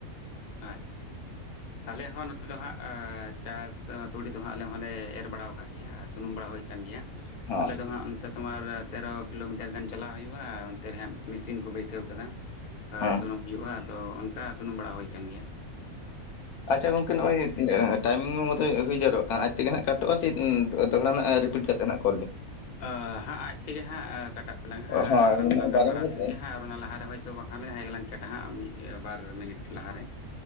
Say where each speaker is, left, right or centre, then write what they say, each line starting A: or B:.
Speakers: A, on the left; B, on the left.
A: ᱟᱪᱪᱷᱟ ᱟᱞᱮ ᱦᱚᱸ ᱱᱚ ᱱᱚᱛᱮᱫ ᱫᱚ ᱦᱟᱸᱜ ᱪᱟᱥ ᱛᱩᱲᱤ ᱫᱚ ᱦᱟᱸᱜ ᱟᱞᱮ ᱦᱚᱸᱞᱮ ᱮᱨ ᱵᱟᱲᱟᱣ ᱠᱟᱜ ᱜᱮᱭᱟ ᱥᱩᱱᱩᱢ ᱵᱟᱲᱟ ᱦᱩᱭ ᱠᱟᱱ ᱜᱮᱭᱟ
B: ᱦᱳᱭ
A: ᱟᱞᱮ ᱫᱚ ᱦᱟᱸᱜ ᱚᱱᱛᱮ ᱛᱳᱢᱟᱨ ᱛᱮᱨᱚ ᱠᱤᱞᱳᱢᱤᱴᱟᱨ ᱜᱟᱱ ᱪᱟᱞᱟᱜ ᱦᱩᱭᱩᱜᱼᱟ ᱚᱱᱛᱮ ᱨᱮᱦᱟᱸᱜ ᱢᱮᱥᱤᱱ ᱠᱚ ᱵᱟᱹᱭᱥᱟᱹᱣ ᱟᱠᱟᱫᱟ᱾ ᱦᱟ
B: ᱦᱮᱸ
A: ᱥᱩᱱᱩᱢ ᱦᱩᱭᱩᱜᱼᱟ ᱟᱫᱚ ᱚᱱᱠᱟ ᱥᱩᱱᱩᱢ ᱵᱟᱲᱟ ᱦᱩᱭ ᱠᱟᱱ ᱜᱮᱭᱟ᱾
B: ᱟᱪᱪᱷᱟ ᱜᱚᱝᱠᱮ ᱱᱚᱜ-ᱚᱭ
A: ᱛᱩᱲᱤ ᱠᱚ
B: ᱴᱟᱭᱢᱤᱢ ᱢᱟ ᱢᱚᱛᱚ ᱦᱩᱭ ᱡᱟᱣᱨᱚᱜ ᱠᱟᱱ ᱟᱡ ᱛᱮᱜᱮ ᱦᱟᱸᱜ ᱠᱟᱴᱚᱜᱼᱟ ᱥᱮ ᱫᱚᱦᱲᱟ ᱱᱟᱦᱟᱜ ᱨᱤᱯᱤᱴ ᱠᱟ ᱠᱟᱛᱮ ᱱᱟᱦᱟᱜ
A: ᱟ ᱦᱟᱸᱜ ᱟᱡ ᱛᱮᱜᱮ ᱦᱟᱸᱜ ᱠᱟᱴᱟᱜ ᱛᱟᱞᱟᱝ ᱦᱟᱸᱜ
B: ᱦᱳᱭ
A: ᱟᱞᱟᱝ ᱫᱚᱞᱟᱝ
B: ᱱᱚᱣᱟ
A: ᱜᱟᱞᱢᱟᱨᱟᱣ
B: ᱵᱟᱨᱚ ᱢᱤᱱᱤᱴ
A: ᱤᱫᱤ ᱞᱮᱜᱮ ᱦᱟᱸᱜ ᱟᱨ ᱚᱱᱟ ᱞᱟᱦᱟ ᱨᱮ ᱦᱚᱭ ᱛᱚ ᱵᱟᱠᱷᱟᱱ ᱡᱟᱦᱟᱸᱭ ᱜᱮᱞᱟᱝ ᱠᱮᱴᱟ ᱦᱟᱜ ᱢᱤᱫ ᱵᱟᱨ ᱢᱤᱱᱤᱴ ᱞᱟᱦᱟᱨᱮ᱾